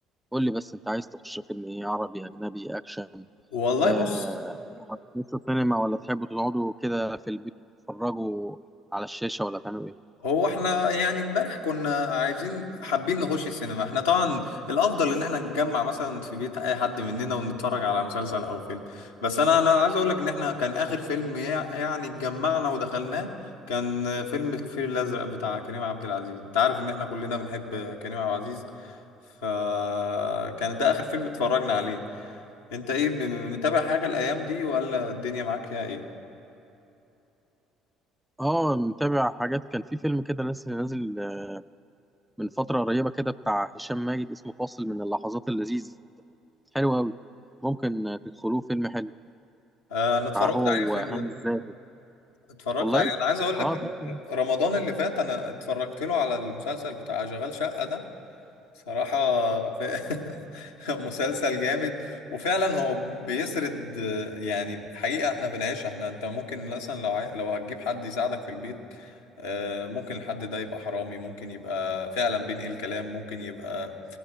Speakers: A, in the centre; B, on the left (about 80°).
A: قول لي بس انت عايز تخش فيلم ايه عربي اجنبي اكشن
B: والله
A: آه
B: بص
A: هتخشوا سينما ولا تحبوا تقعدوا كده في البيت تتفرجوا على الشاشة ولا تعملوا ايه
B: هو احنا يعني امبارح كنا عايزين حابين نخش السينما احنا طبعا الافضل ان احنا نتجمع مثلا في بيت اي حد مننا ونتفرج على مسلسل او فيلم بس انا انا عايز اقول لك ان احنا كان اخر فيلم يع- يعني اتجمعنا ودخلناه كان فيلم الفيل الازرق بتاع كريم عبد العزيز انت عارف ان احنا كلنا بنحب كريم عبد العزيز فكان ده اخر فيلم اتفرجنا عليه انت ايه م- م- متابع حاجة الايام دي ولا الدنيا معاك فيها ايه
A: اه متابع حاجات كان في فيلم كده لسه نازل آه، من فترة قريبة كده بتاع هشام ماجد اسمه فاصل من اللحظات اللذيذة حلو قوي ممكن آه، تدخلوه فيلم حلو
B: اه، انا اتفرجت
A: بتاع هو
B: عليه الفيلم
A: وهاني
B: ده
A: الزاهد
B: اتفرجت
A: والله
B: عليه انا عايز اقول
A: اه
B: لك إن
A: طيب
B: رمضان اللي فات انا اتفرجت له على المسلسل بتاع شغال شقة ده صراحة في <laughs> مسلسل جامد وفعلا هو بيسرد يعني حقيقة احنا بنعيشها احنا انت ممكن مثلا لو عاي... لو هتجيب حد يساعدك في البيت آه، ممكن الحد ده يبقى حرامي ممكن يبقى فعلا بينقل كلام ممكن يبقى